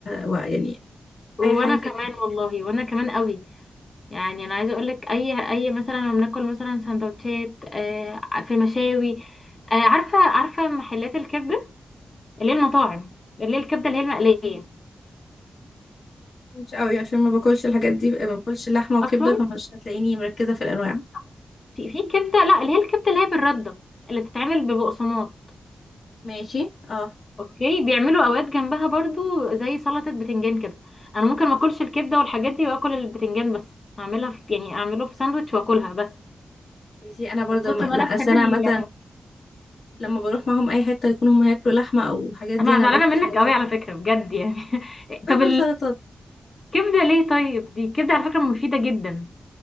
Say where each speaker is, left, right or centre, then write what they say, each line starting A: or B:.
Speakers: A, on the left; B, on the left.
A: ويعني
B: وانا
A: اي حاجه فيها
B: كمان
A: بتنجان
B: والله وانا كمان قوي يعني انا عايزه اقول لك اي اي مثلا لما بناكل مثلا سندوتشات آه، في مشاوي آه، عارفه عارفه محلات الكبده اللي هي المطاعم اللي هي الكبده اللي هي المقليه
A: مش قوي عشان ما باكلش الحاجات دي ما باكلش لحمه وكبده
B: اصلا
A: فمش هتلاقيني مركزه في الانواع
B: في في كبده لا اللي هي الكبده اللي هي بالرده اللي بتتعمل ببقسماط
A: ماشي اه
B: اوكي بيعملوا اوقات جنبها برضو زي سلطه بتنجان كده انا ممكن ما اكلش الكبده والحاجات دي واكل البتنجان بس اعملها في يعني اعمله في ساندوتش واكلها بس
A: ماشي انا برضه
B: من كتر
A: م... لا
B: ما انا
A: اصل
B: بحب
A: انا
B: ال...
A: عامه لما بروح معاهم اي حته يكونوا هم هياكلوا لحمه او حاجات دي
B: انا
A: انا
B: زعلانه
A: باكل
B: منك
A: سلطات
B: قوي على
A: بس
B: فكره بجد يعني <laughs>
A: باكل
B: طب
A: سلطات
B: كبده ليه طيب دي كبده على فكره مفيده جدا